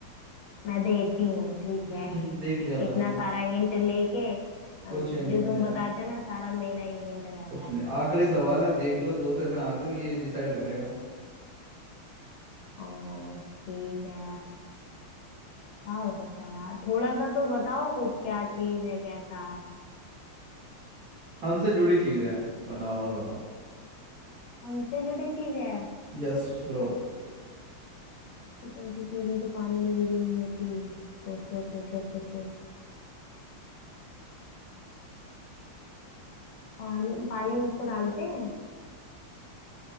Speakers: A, on the left (about 75°); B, on the right (about 60°).
A: मैं देती हूँ ठीक
B: हम्म
A: है
B: देख लिया था
A: इतना
B: मैंने
A: सारा हिंट लेके अ,
B: कुछ
A: जो
B: एंड नहीं
A: तुम
B: है
A: बताते हो ना सारा मेरा ही हिंट रहता
B: कुछ
A: है
B: नहीं आखिरी सवाल है देख लो दो से मैं आगे हूँ ये डिसाइड करेगा
A: अ, ठीक है क्या हो सकता है यार थोड़ा सा तो बताओ कुछ क्या चीज है कैसा
B: हमसे जुड़ी चीजें हैं बताओ और बताओ
A: हमसे जुड़ी चीज है
B: Yes bro
A: ऐसी कौन सी चीज है जो पानी में गीली नहीं होती सोचो सोचो सोचो पानी पानी में उसको डालते हैं